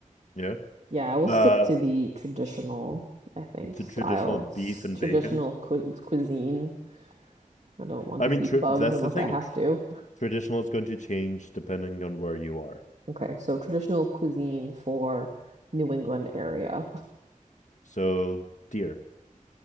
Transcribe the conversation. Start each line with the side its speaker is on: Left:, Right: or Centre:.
Left: Yeah.
Right: Yeah, I will
Left: Uh,
Right: stick to the traditional, I think,
Left: the
Right: style,
Left: traditional
Right: s-
Left: beef and
Right: traditional
Left: bacon.
Right: cu cuisine. I don't want
Left: I
Right: to
Left: mean,
Right: eat
Left: tr
Right: bugs
Left: that's
Right: unless
Left: the thing.
Right: I have
Left: Tr
Right: to.
Left: traditional is going to change depending on where you are.
Right: Okay, so traditional cuisine for New England area.
Left: So, deer.